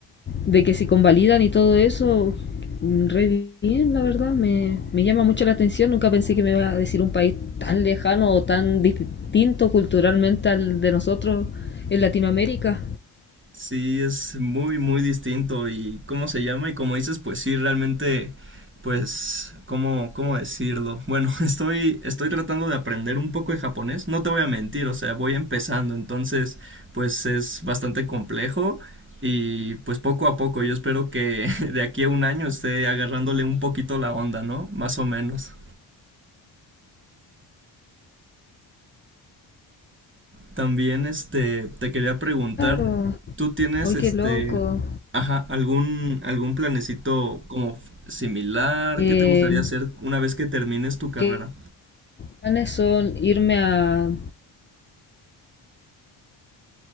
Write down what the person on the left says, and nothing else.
de que se convalidan y todo eso, re bien, la verdad, me, me llama mucho la atención. Nunca pensé que me iba a decir un país tan lejano o tan distinto culturalmente al de nosotros en Latinoamérica.
Claro,
hoy
qué loco.
Eh,
que planes son irme a...